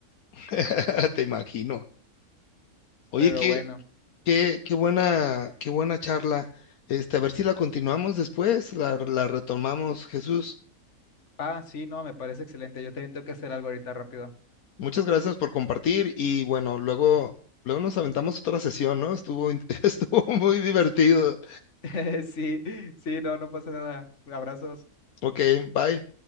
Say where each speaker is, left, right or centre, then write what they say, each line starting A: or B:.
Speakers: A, on the left (about 75°); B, on the left (about 55°).
A: <laughs> te imagino. Oye,
B: pero
A: qué,
B: bueno.
A: qué, qué buena, qué buena charla. Este, a ver si la continuamos después, la, la retomamos, Jesús.
B: Ah, sí, no, me parece excelente. Yo también tengo que hacer algo ahorita rápido.
A: Muchas gracias por compartir y bueno, luego, luego nos aventamos otra sesión, ¿no? Estuvo, in- <laughs> estuvo muy divertido.
B: <laughs> Sí, sí, no, no pasa nada. Abrazos.
A: Ok, bye.